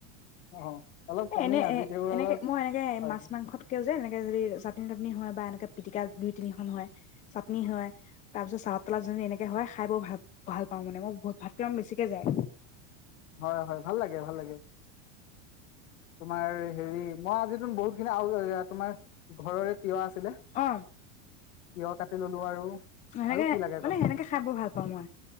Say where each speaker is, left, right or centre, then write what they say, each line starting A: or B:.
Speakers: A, on the left; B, on the left.
A: অ অলপ
B: এ
A: কমেই
B: এনে
A: আজি
B: এ
A: তেওঁ
B: এনেকে
A: অলপ
B: মই এনেকে
A: হয়
B: মাছ মাংসত ক যে এনেকে যদি চাটনি তাটনি হয় বা এনেকে পিটিকা দুই তিনিখন হয় চাটনি হয় তাৰ পিছত চালাদ তালাদ যদি এনেকে হয় খাই বৰ ভাল ভাল পাওঁ মানে মই বহুত ভাতকে বেছিকে যায়
A: হয় হয় ভাল লাগে ভাল লাগে তোমাৰ হেৰি মই আজ তুম বহুতখিনি তোমাৰ ঘৰৰে তিয় আছিলে
B: অ
A: তিয়হ কাটি ললো আৰু
B: সেনেকে
A: আৰু কি লাগে
B: মানে
A: কোৱাচোন
B: সেনেকে খাই বৰ ভাল পাওঁ মই